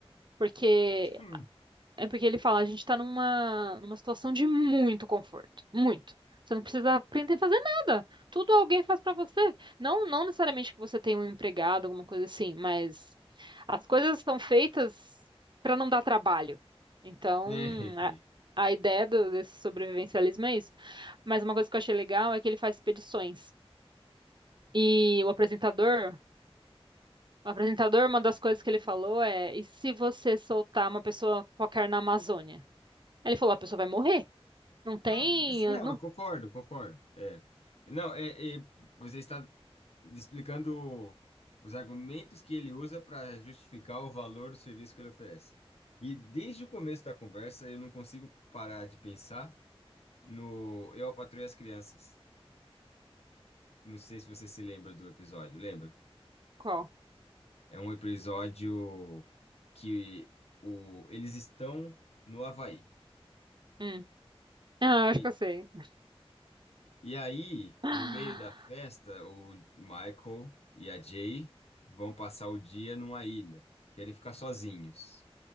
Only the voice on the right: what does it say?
porque
é porque ele fala, a gente tá numa, numa situação de muito conforto, muito. Você não precisa aprender a fazer nada. Tudo alguém faz pra você. Não, não necessariamente que você tenha um empregado, alguma coisa assim, mas as coisas estão feitas pra não dar trabalho. Então,
a, a ideia do- desse sobrevivencialismo é isso. Mas uma coisa que eu achei legal é que ele faz expedições. E o apresentador O apresentador, uma das coisas que ele falou é: e se você soltar uma pessoa qualquer na Amazônia? Aí Ele falou: a pessoa vai morrer. Não tem.
Não...
Qual?
Hum. Ah, eu
acho que eu sei. <gasps>
<sighs>